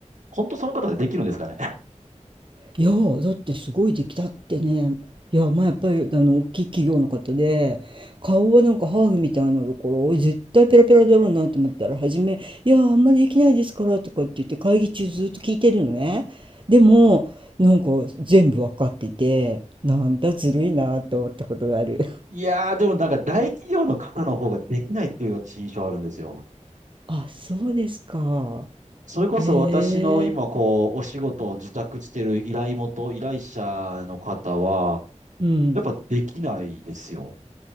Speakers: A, on the right (about 80°); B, on the right (about 40°).
A: 本当その方でできるんですかね。<laughs>
B: いやーだってすごいできたってね。いやまあやっぱりあの大きい企業の方で顔はなんかハーフみたいなところ絶対ペラペラだろうなと思ったら初め「いやーあんまりできないですから」とかって言って会議中ずっと聞いてるのね。でもなんか全部わかっててなんだずるいなと思ったことがある。
A: いやー、でもなんか大企業の方の方ができないっていう私印象あるんですよ。
B: <laughs> あ、そうですか。
A: それこそ私の今こう、
B: へえ。
A: お仕事を受託してる依頼元、依頼者の方は、
B: うん。
A: やっぱできないですよ。